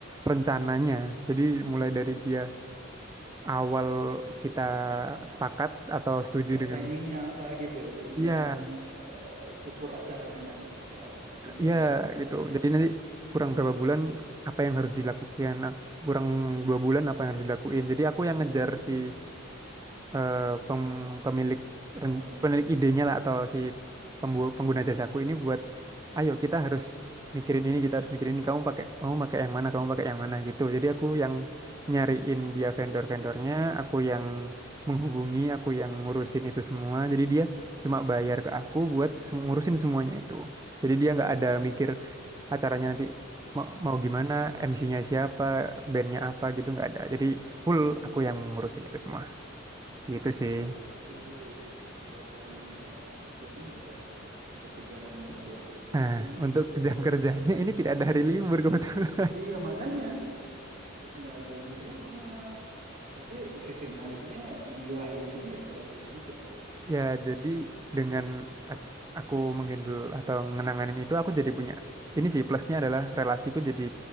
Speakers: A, on the right; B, on the right.
A: rencananya. Jadi mulai dari dia awal kita sepakat
B: Oh,
A: atau setuju
B: kayak
A: dengan
B: planningnya apa gitu loh, perencanaan
A: iya,
B: eh, struktur acaranya nanti seperti apa, detailnya
A: iya
B: seperti
A: gitu.
B: apa gitu
A: Jadi
B: ya?
A: nanti kurang berapa bulan
B: Hmm,
A: apa yang harus dilakukan, nah, kurang dua bulan apa yang harus dilakuin. Jadi aku yang
B: Hmm.
A: ngejar si eh, pem- pemilik
B: si
A: ren-
B: kliennya.
A: pemilik
B: ya.
A: idenya lah atau si pembu- pengguna jasaku ini buat ayo kita harus
B: Hmm.
A: mikirin ini kita harus mikirin ini kamu pakai kamu pakai yang mana kamu pakai yang mana gitu jadi aku yang nyariin dia
B: Hmm.
A: vendor-vendornya aku yang menghubungi aku yang ngurusin itu semua jadi dia cuma bayar ke aku buat sem- ngurusin semuanya itu jadi dia nggak ada mikir acaranya nanti
B: Oh
A: mau, mau gimana
B: iya.
A: MC-nya siapa bandnya apa gitu nggak ada jadi full
B: Hmm,
A: aku
B: hmm,
A: yang
B: hmm,
A: ngurusin
B: hmm.
A: itu semua gitu
B: Gila
A: sih
B: itu deadline waktu kerjanya juga kejar-kejaran banget ya.
A: Nah,
B: Biasanya itu
A: untuk
B: Vigo
A: jam
B: ya.
A: <laughs> kerjanya ini tidak ada hari libur kebetulan.
B: Iya. Iya makanya nggak ada liburnya. Tapi sisi menariknya nilainya ini ya bagus juga.
A: Ya, jadi dengan
B: Heeh,
A: at- aku menghandle atau mengenanganin itu, aku jadi punya ini sih plusnya adalah relasiku jadi